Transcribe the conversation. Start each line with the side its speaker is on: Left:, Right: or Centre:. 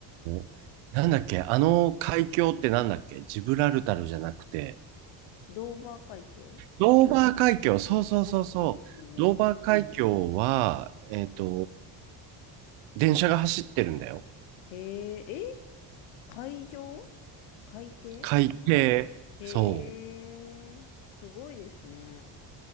Right: ーなんだっけ、あの海峡ってなんだっけ、ジブラルタルじゃなくて、
Left: ドーバー海峡
Right: ドーバー海峡、そうそうそうそう、
Left: うんうんうん
Right: ドーバー海峡は、えっと、電車が走ってるんだよ。
Left: へえ、え海上海底
Right: 海底。
Left: へえ、
Right: そ
Left: すごいですね。